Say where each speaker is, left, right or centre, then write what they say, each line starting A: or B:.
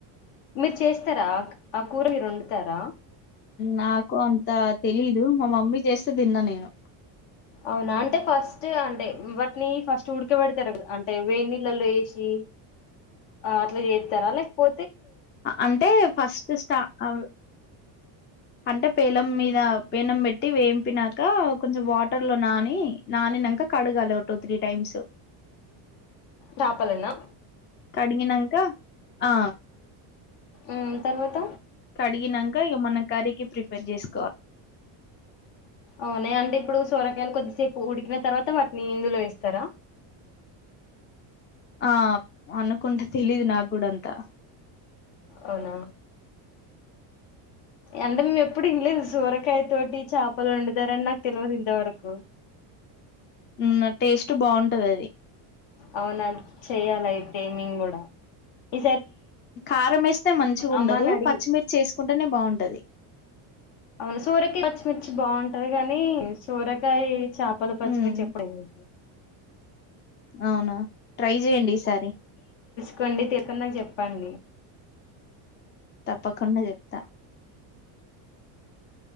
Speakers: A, on the left; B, on the left.
A: మీరు చేస్తారా ఆ కూరగారు వండుతారా
B: నాకు అంత తెలీదు మా మమ్మీ చేస్తే తిన్న నేను
A: అవునా అంటే ఫస్ట్ అంటే వాటిని ఫస్ట్ ఉడకబడతారు అంటే వేడిళ్ళలో వేసి అట్లా చేస్తారా లేకపో
B: అంటే ఫస్ట్ స్టా ఆ అంటే పేలం మీద పెనం పెట్టి వేంపినాక కొంచెం వాటర్ లో నాని నానినాక కడగాలి ఓ టూ త్రీ టైమ్స్
A: నాపాలన్నా
B: కడిగినంక ఆ
A: ఆ తర్వాత
B: కడిగినాక ఇగ మనం కర్రీకి ప్రిపేర్ చేసు
A: అవునా అంటే ఇప్పుడు సోరకాయలు కొద్దిసేపు ఉడికిన తర్వాత వా మీ ఇందులో వేస్తారా
B: ఆ అనుకుంటే తెలీదు నాకు కూడా అంతా
A: అవునా అంటే మేము ఎప్పుడు వినలేదు సోరకాయ తోటి చేపలు వండుతారని నాకు తెలవదు ఇంతవరకు
B: ఉమ్ టేస్ట్ బాగుంటది అది
A: అవునా చెయ్యాలా అయితే మేము కూడా ఈ
B: కారం వేస్తే మంచిగ ఉండదు
A: అమ్మని అడిగి
B: పచ్చిమిర్చి వేసుకుంటేనే బాగుం ఉంటది
A: అవునా సోరకాయ పచ్చిమిర్చి బాగుంటది కాని సోరకాయ చేపలు పచ్చిమిర్చి
B: మ్
A: ఎప్పుడయ్యాలే
B: అవునా ట్రై చెయ్యండి ఈసారి
A: కొండి తెలుసుకొని నాకు చెప్పండి
B: తప్పకుండా చెప్త